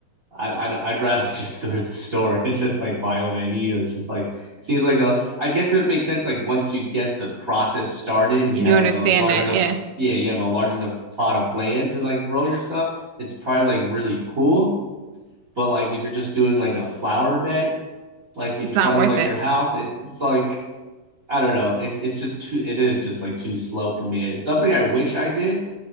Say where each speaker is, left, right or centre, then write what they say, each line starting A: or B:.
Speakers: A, on the right; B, on the right.
A: I I'd, I'd rather <laughs> just go to the store and just like buy what I need. It's just like seems like a I guess it would make sense like once you get the process started and
B: and
A: you have
B: you understand
A: like a large
B: it,
A: enough
B: yeah,
A: yeah you have a large enough plot of land to like grow your stuff. It's probably like really cool, but like if you're just doing like a flower bed like in
B: it's
A: front
B: not worth
A: of like
B: it.
A: your house, it's like I don't know. It's it's just too. It is just like too slow for me. It's something I wish I did,